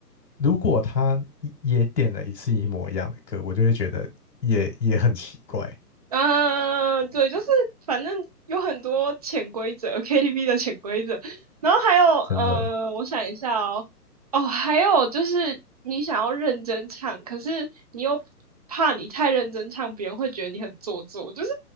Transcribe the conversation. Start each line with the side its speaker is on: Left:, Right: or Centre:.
Left: 如果他也点了一次一模一样的歌，我就会觉得也也很奇怪，
Right: 嗯，对，就是反正有很多潜规则，KTV 的潜规则，然后还有，呃，
Left: 真的。
Right: 我想一下哦，哦，还有就是你想要认真唱，可是你又怕你太认真唱，别人会觉得你很做作，就是